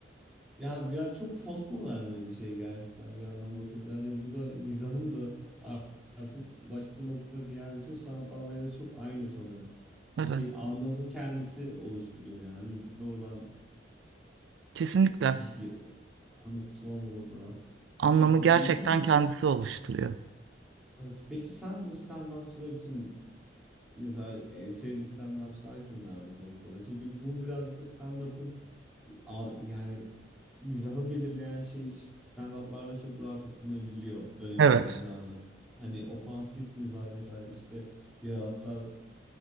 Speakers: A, in the centre; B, on the right.
A: Ya biraz çok postmodern de bir şey gerçekten bir yandan bakınca. Hani bu da mizahın da ar- artık ulaştığı nokta diğer bütün sanat dallarıyla çok aynı sanırım.
B: Evet,
A: Bir şey anlamı kendisi oluşturuyor yani. Hani Doğrudan
B: kesinlikle.
A: bir şey- anlatısı olmaması da
B: Anlamı
A: Güzel,
B: gerçekten
A: ilginç.
B: kendisi oluşturuyor.
A: Evet. Peki sen bu stand-upçılar için mesela e, sevdiğin stand-upçılar kimler bu noktada? Çünkü bu birazcık da stand-up'ın a- yani mizahı belirleyen şey stand-up'larda çok rahat okunabiliyor döneminin
B: Evet.
A: mizahını. Hani ofansif mizah mesela işte ya hatta